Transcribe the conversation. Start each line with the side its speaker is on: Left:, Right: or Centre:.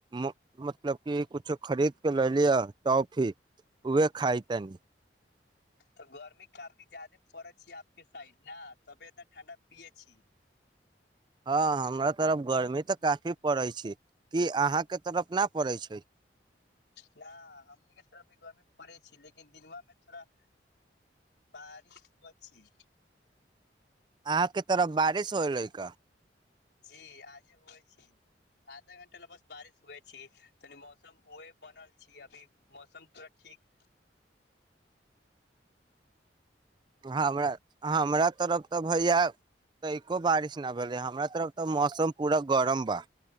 Right: मतलब क कछो खरीद क ल लियह टॉफी उह खाइ तनी
Left: तऽ गर्मी काफी जादे पड़ै छै आपके साइड ने तब एतना ठण्डा पियए छी
Right: हँ हमरा तरफ गर्मी तऽ काफी पड़ै छै कि अहाँके तरफ नहि पड़ै छै
Left: न हमनीके थड़ अभी गर्मी पड़ै छै लेकिन दिनआ मे थोड़ा बारिश हु छै
Right: यहाँ के तरफ बारिश होलै क
Left: जी आज हो छी आधा घं्टा ल बस बारिश हुए छै तनी मौसम उह बनल अभी मौसम थोरा ठीक
Right: हमरा हमरा तरफ तऽ भैया तैो बारिश नहि भेलै हमरा तरफ तऽ मौसम पूरा गरम बा